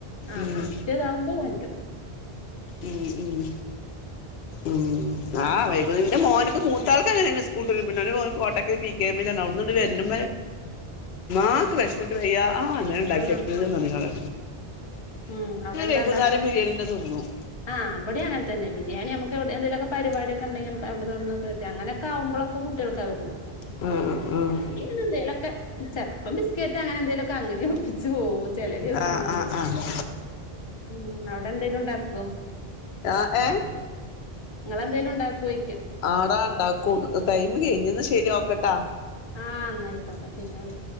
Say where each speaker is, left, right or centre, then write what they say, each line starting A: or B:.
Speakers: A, on the left; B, on the left.
A: ആ
B: ഉം
A: പറ്റിയതാവുമ്പോ കൊണ്ടും
B: ഉം ഉം
A: അങ്ങനെ
B: ആ വൈകനിന്റെ മോന് മൂത്താൾക്കങ്ങനെയ സ്കൂൾട്ടരുമ്പോ കോട്ടക്കൽ പി കെ എമ്മിലാണ് ഔട്ന്ന്ങ്ങട്ട് വരു ആക്ക് വെശ്ന്ന്ട്ട വയ്യ ആ ന്ന്ണ്ടാക്കിക്ക്ന്നർഞ്
A: ആഹ്
B: കാണ്
A: ഉം അവിടെന്താ
B: വൈകുന്നേരം
A: ഉണ്ടാക്ക
B: ബിരിയാണി തന്നെ തിന്നും
A: ആഹ ഇവിടെങ്ങ തന്നെ ബിരിയാണമുക്കൊവ്ടേ ന്തേലും പരിപാടിക്കെണ്ടെങ്കിലവിടെന്ന് അങ്ങനൊക്കെമ്പോഴകുട്ടികൾക്കായി കൊടു
B: ആഹ് ആഹ്
A: അല്ലെങ്കി ങ്ങനെന്തേലൊക്കെ ചെൽപ്പം ബിസ്കറ്റ് അങ്ങനെന്തേലൊക്കെ അങ്ങനെ പ്പിച്ചു പോവും ചില ദിവസങ്ങളില്.
B: ആഹ് ആഹ്
A: മ് അവിടെന്തെലും ഉണ്ടാക്കൊ?
B: ആ ഏ
A: നിങ്ങെളെന്തലുണ്ടാക്കുവോ?
B: ആടാ ഉണ്ടാക്കും ടൈം കഴിഞ്ഞന്ന ശരി ക്കട്ടാ
A: ആ ന്നായിക്കോട്ടെ പിന്നെ വിളി